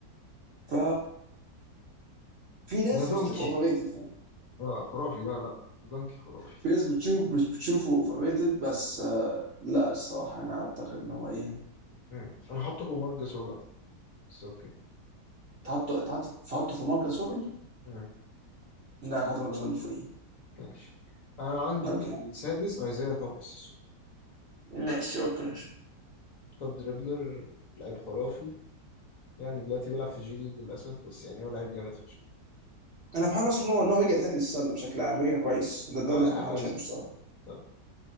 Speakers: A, on the right; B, on the left.
A: ف في ناس
B: ده
A: بتشوفه
B: دونكي
A: اوفر ريتد
B: أه خرافي لا لا ده دونكي خرافي
A: في ناس بتشوف مش بتشوفه اوفر ريتد بس آه، لا الصراحه انا اعتقد ان هو ايه
B: أمم، أنا حاطه فوق مارجاسول بس أوكي
A: تحطه تحط تحطه في ماركس سول
B: مم.
A: لا هحط ماركس سول فوقيه
B: ماشي انا عندي
A: اوكي
B: السادس ايزايا توماس الصو-
A: ماشي اوكي
B: توب دريبلر لعيب خرافي يعني دلوقتي بيلعب في جي ليج للاسف بس يعني هو لعيب جامد فشخ
A: انا فرحان بس ان هو ان هو رجع تاني للسله بشكل عام رجع كويس ده ده
B: اه
A: اللي
B: دي
A: انا
B: حاجه
A: فرحان
B: كويسه
A: عشانه الصراحه
B: طب